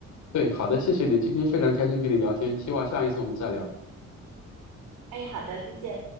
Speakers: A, on the left (about 70°); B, on the right (about 85°).
A: 对，好的，谢谢你，今天非常开心跟你聊天，希望下一次我们再聊。
B: 哎，好的，再见。